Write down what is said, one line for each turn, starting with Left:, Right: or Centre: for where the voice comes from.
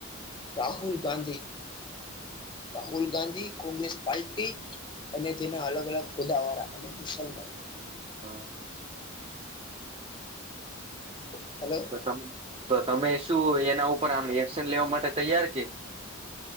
Left: રાહુલ ગંધી. રાહુલ ગાંધી કોંગ્રેસ પલ્ટી અને તેના અલગ અલગ ખુદાવાળા અને મુસલમાનો
Right: હા.
Left: હલો
Right: તો તો તમે શું એના ઉપર આમ એક્શન લેવા માટે તૈયાર કે